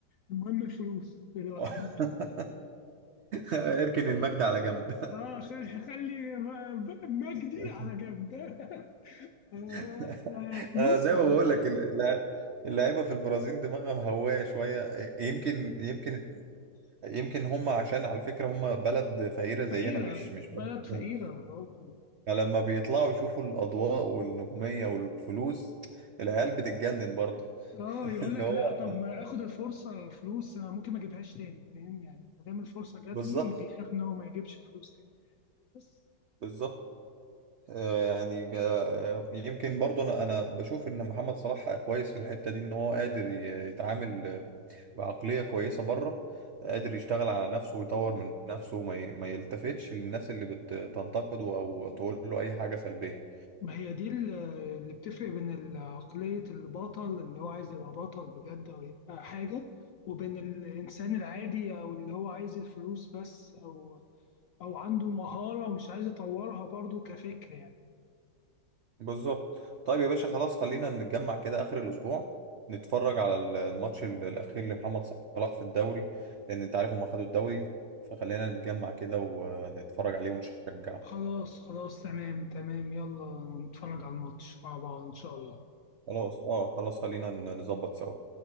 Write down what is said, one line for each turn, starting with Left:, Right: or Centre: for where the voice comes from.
Left: المهم الفلوس دلوقتي
Right: <laughs> اركن المجد على جنب
Left: اه خلي خلي مجدي
Right: <laughs>
Left: على جنب <laughs> آه،
Right: <laughs>
Left: فلوس
Right: انا زي ما بقول
Left: <laughs>
Right: لك اللع- اللعيبه في البرازيل دماغها مهوايه شويه يمكن يمكن يمكن هم عشان على فكره هم بلد فقيره زينا
Left: فقيرة
Right: مش مش بلد
Left: بلد فقيرة
Right: غنية.
Left: برضه
Right: فلما بيطلعوا يشوفوا الاضواء والنجوميه والفلوس العيال بتتجنن برضه
Left: اه
Right: <laughs>
Left: يقول
Right: اللي
Left: لك
Right: هو
Left: لا طب ما اخد الفرصة فلوس أنا ممكن ما اجيبهاش تاني فاهم يعني ما دام الفرصة جات
Right: بالظبط
Left: لي بيخاف ان هو ما يجيبش فلوس تاني بس
Right: بالظبط آه، يعني آه، يمكن برضه انا انا بشوف ان محمد صلاح كويس في الحته دي ان هو قادر ي- يتعامل بعقلية كويسة بره قادر يشتغل على نفسه ويطور من نفسه وما ي- ما يلتفتش للناس اللي بتنتقده أو تقول له أي حاجة سلبية
Left: ما هي دي ال- اللي بتفرق بين ال- عقلية البطل اللي هو عايز يبقى بطل بجد او يبقى حاجة وبين الانسان العادي او اللي هو عايز الفلوس بس او او عنده مهارة ومش عايز يطورها برضه كفكر يعني
Right: بالظبط طيب يا باشا خلاص خلينا نتجمع كده آخر الأسبوع نتفرج على ال- الماتش ال- الأخير لمحمد صلاح في الدوري لأن أنت عارف هما خدوا الدوري فخلينا نتجمع كده ونتفرج عليه ونشجعه
Left: خلاص خلاص تمام تمام يلا نتفرج على الماتش مع بعض إن شاء الله
Right: خلاص اه خلاص خلينا ن- نظبط سوا